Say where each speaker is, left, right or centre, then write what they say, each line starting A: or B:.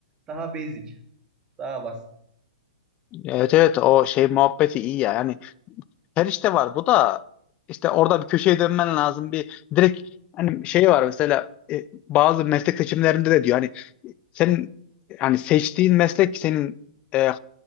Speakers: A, on the right; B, on the left.
A: Daha basic. Daha basit.
B: Evet evet o şey muhabbeti iyi ya yani Perişte var bu da işte orada bir köşeye dönmen lazım bir direkt hani şey var mesela e, bazı meslek seçimlerinde de diyor hani senin hani seçtiğin meslek senin e,